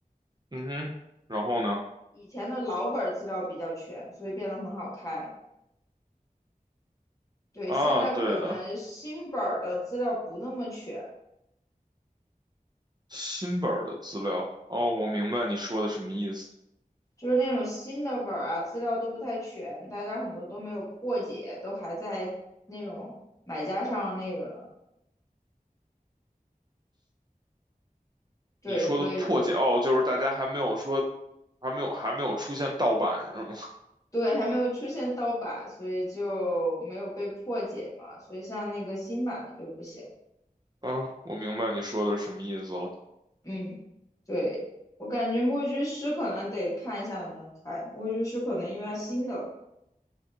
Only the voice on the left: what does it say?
以前的老本儿资料比较全，所以变得很好开。对，
现在可能新本儿的资料不那么全，
就是那种新的本儿啊，资料都不太全，大家很多都没有破解，都还在那种买家上那个呢。对，
所以就
对，还没有出现盗版，所以就没有被破解嘛。所以像那个新版的就不行。
嗯，对，我感觉墨居师可能得看一下能不能开，墨居师可能因为它新的。